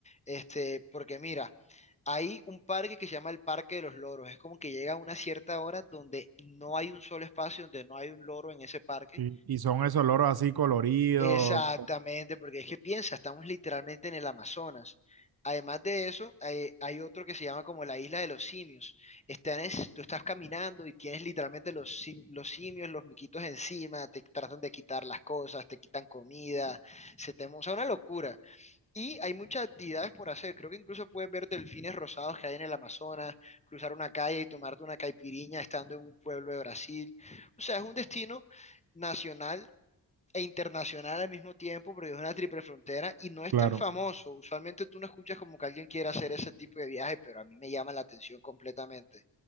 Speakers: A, on the left; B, on the right.
A: Este, porque mira, hay un parque que se llama el Parque de los Loros, es como que llega a una cierta hora donde no hay un solo espacio, donde no hay un loro en ese parque
B: sí. Y son esos loros así coloridos.
A: Exactamente, porque es que piensa, estamos literalmente en el Amazonas. Además de eso, hay, hay otro que se llama como la isla de los simios. Están es- tú estás caminando y tienes literalmente los, sim- los simios, los miquitos encima, te tratan de quitar las cosas, te quitan comida, se te... mo- O sea, una locura. Y hay muchas actividades por hacer. Creo que incluso puedes ver delfines rosados que hay en el Amazonas, cruzar una calle y tomarte una caipiriña estando en un pueblo de Brasil. O sea, es un destino nacional e internacional al mismo tiempo, porque es una triple frontera y no es
B: Claro.
A: tan famoso. Usualmente tú no escuchas como que alguien quiera hacer ese tipo de viaje, pero a mí me llama la atención completamente.